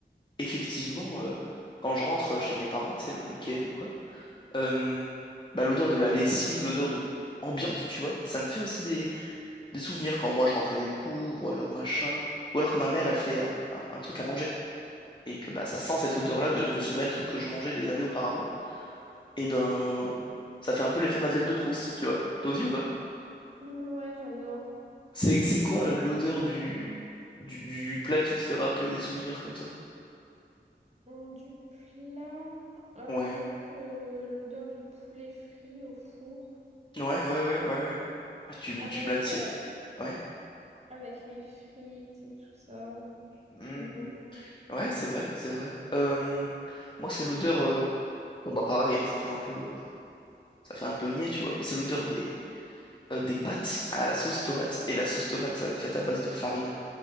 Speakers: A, on the left; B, on the right.
A: effectivement, euh, quand je rentre chez mes parents, c'est le week-end ou quoi, euh, bah, l'odeur de la lessive, l'odeur de ambiante, tu vois, ça me fait aussi des, des souvenirs quand moi je rentrais des cours ou alors machin, ou alors quand ma mère elle fait un un- un truc à manger. et que bah, ça sent cette odeur-là de, de ce même truc que je mangeais des années auparavant, et ben ça fait un peu l'effet Madeleine de Proust, tu vois. T'as aussi ou pas?
B: Mm, Ouais, j'adore.
A: C'est, c'est quoi l'odeur du, du, du- du plat qui te fait rappeler des souvenirs comme ça?
B: Mm, Du plat, euh,
A: Ouais,
B: j'aime bien le- l'odeur du poulet frit au four.
A: ouais, ouais, ouais, ouais, ouais. Ah, tu, me-
B: Avec,
A: tu me l'attires.
B: euh,
A: Ouais.
B: Avec les frites et tout ça.
A: Mhm.
B: J'aime beaucoup.
A: Ouais, c'est vrai, c'est vrai. Euh, moi, c'est l'odeur. euh, Bon, bah pareil, hein, ça fait un peu, euh, ça fait un peu niais, tu vois. Mais c'est l'odeur des, euh, des pâtes à la sauce tomate et la sauce tomate euh, faite à base de farine.